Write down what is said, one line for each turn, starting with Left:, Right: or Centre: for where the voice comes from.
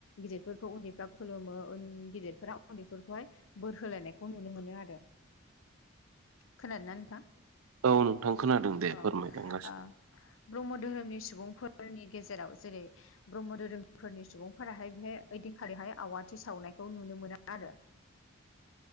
Left: गिदिरफोरखौ उन्दैफ्रा खुलुमो उन गिदिरफोरा उन्दैफोरखौहाय बोर होलायनाय खौ नुनो मोनो आरो, खोनादोंना नोंथां?
Right: औ नों थां खोनादों दे
Left: अ
Right: फोरमायलांगासिनो
Left: ओ ब्रह्म धोरोमनि सुबुंफोरनि गेजेराव जेरै - ब्रह्म धोरोमफोरनि सुबुंफोराहाय बेहाय ओइदिनखालिहाय आवाथि सावनायखौ नुनो मोनो आरो
Right: <unintelligible>